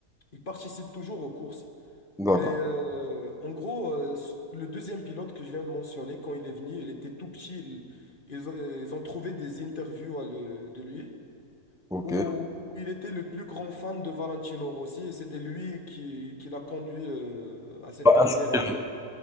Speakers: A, on the left (about 35°); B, in the centre.
A: il participe toujours aux courses.
B: D'accord,
A: Mais euh, en gros, euh, s- le deuxième pilote que je viens de mentionner, quand il est venu, il était tout petit. Il- ils, ont ils ont trouvé des interviews à le- de lui
B: ok.
A: où il était le plus grand fan de Valentino Rossi et c'était lui qui, qui l'a conduit euh, à cette
B: Bah,
A: carrière.
B: inspiré.
A: et tout.